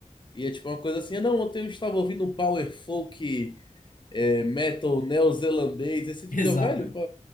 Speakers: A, on the left; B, on the left.
A: e é tipo uma coisa assim, "Ah, não, ontem eu estava ouvindo um power folk é, metal neozelandês. Aí você fica,
B: <laughs> Exato,
A: velho,
B: é.
A: pô,